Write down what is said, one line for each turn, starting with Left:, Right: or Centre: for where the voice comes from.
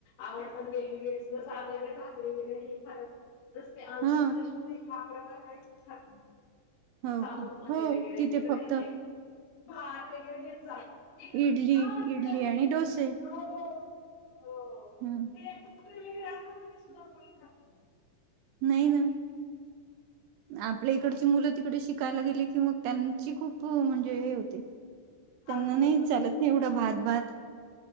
Left: आवड पण वेगवेगळी जस आपल्याकडे भाकरी वगैरे हे खातात. तस ते आंध्र
Right: हा
Left: प्रदेशमध्ये हा प्रकार काही खात नाही.
Right: हो
Left: साऊथ
Right: का
Left: मध्ये
Right: हो
Left: वगैरे
Right: तिथे
Left: तिकडे
Right: फक्त
Left: हे भात वगैरे हे चालत तिकड
Right: इडली
Left: हा तिकड
Right: इडली
Left: हे
Right: आणि डोसे
Left: हो हो
Right: हूं
Left: <unintelligible> आसता ते सुद्धा कोणी खात नाय
Right: नाही न आपल्या इकडची मुलं तिकडे शिकायला गेले की मग त्यांची खूप म्हणजे हे होते. त्यांना
Left: हाल
Right: नाही
Left: होतात
Right: चालत नाही एवढा भात भात